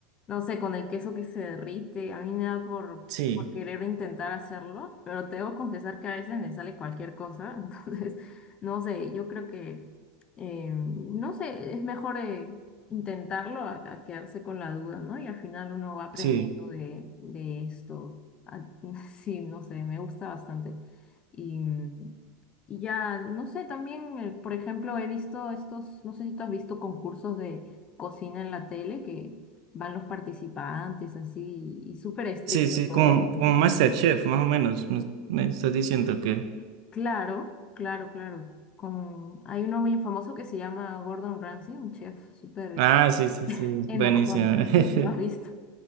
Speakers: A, on the left (about 30°); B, on the right (about 70°).
A: no sé, con el queso que se derrite. A mí me da por,
B: Sí,
A: por querer intentar hacerlo, pero te debo confesar que a veces me sale cualquier cosa, <laughs> entonces, no sé, yo creo que, eh, no sé, es mejor eh, intentarlo a, a quedarse con la duda, ¿no? Y al final uno va aprendiendo
B: sí.
A: de, de esto. Ah, <laughs> Sí, no sé, me gusta bastante. Y, mm, y ya, no sé, también, eh, por ejemplo, he visto estos, no sé si tú has visto concursos de cocina en la tele que van los participantes así y, súper estricto
B: Sí, sí,
A: todo,
B: como,
A: ¿no?
B: como MasterChef, más o menos. Me, me estás diciendo que.
A: Claro, claro, claro. Con, hay uno muy famoso que se llama Gordon Ramsay, un chef súper
B: Ah, sí, sí, sí,
A: enojón.
B: buenísimo. <laughs>
A: <laughs> ¿Lo has visto?